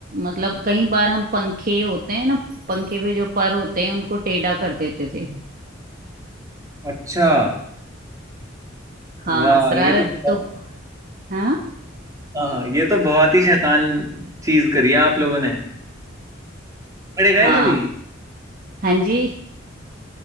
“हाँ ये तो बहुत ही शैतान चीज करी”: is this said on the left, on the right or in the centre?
Right